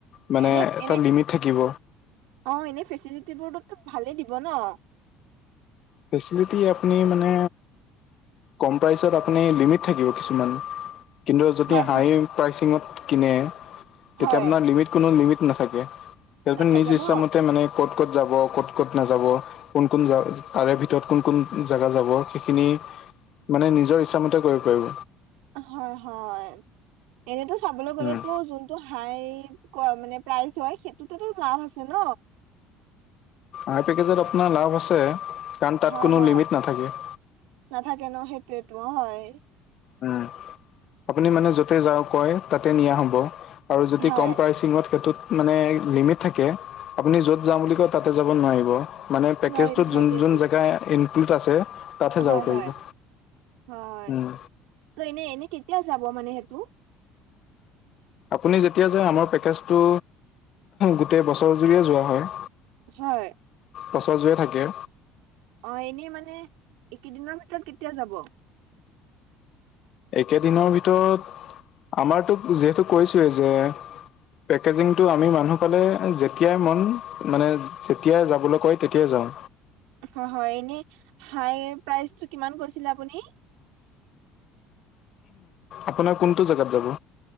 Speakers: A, on the left (about 45°); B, on the right (about 85°).
A: মানে
B: এনে
A: এটা
B: এনে
A: লিমিট থাকিব।
B: অ এনেই ফেচিলিটি বোৰ তো ভালেই দিব ন।
A: ফেচিলিটি আপুনি মানে। কম প্ৰচত আপুনি লিমিট থাকিব কিছুমান। কিন্তু যদি
B: হয়
A: হাই
B: হয়
A: প্ৰাইচিঙত কিনে, তেতিয়া
B: হয়
A: আপোনাৰ লিমিট- কোনো লিমিট নাথাকে,
B: নাথাকে
A: নিজ ইচ্ছামতে
B: ন
A: মানে- ক'ত ক'ত যাব ক'ত ক'ত নাযাব কোন কোন য তাৰে ভিতৰত কোন কোন জোগা যাব সেইখিনি, মানে নিজৰ ইচ্ছামতে কৰিব পাৰিব।
B: হয় হয়, এনেতো চাবলৈ গ'লেতো
A: উম।
B: যোন টো হাই ক মানে প্ৰাইজ হয় সেইটোতে তো লাভ আছে ন।
A: আই পেকেজত আপোনাৰ লাভ আছে, কাৰণ তাত
B: হয়
A: কোনো
B: হয়
A: লিমিট নাথাকে।
B: নাথাকে ন সেইটোৱটো হয়।
A: উম, আপুনি মানে য'তে যাও কয় তাতে নিয়া হব। আৰু যদি
B: হয়,
A: কম প্ৰাইচিঙত সেইটোত- মানে লিমিট থাকে আপুনি য'ত যাওঁ বুলি কয় তাতে যাব নোৱাৰিব। মানে পেকেজটোত
B: নোৱাৰিম সেইটোয়েতো
A: যোন যোন জেগা ইনক্লুড আছে। তাতহে
B: হয়,
A: যাব পাৰিব,
B: হয়, হয়,
A: উম।
B: ত এনেই এনে কেতিয়া যাব মানে সেইটো।
A: আপুনি যেতিয়া যে আমাৰ পেকেজটো, গোটেই বছৰ জুৰিয়ে যোৱা হয়।
B: হয়।
A: বছৰজুৰি থাকে।
B: অ এনেই মানে, এইকেইদিনৰ ভিতৰত কেতিয়া যাব?
A: একেদিনৰ ভিতৰত, আমাৰতো যিহেতু কৈছোয়ে যে- পেকেজিংটো আমি মানুহ পালে যেতিয়াই মন মানে যেতিয়াই যাবলৈ কয় তেতিয়াই যাওঁ।
B: হয় হয় এনে হাই প্ৰাইচটো কিমান কৈছিলে আপুনি।
A: আপোনাৰ কোনটো জোগাত যাব?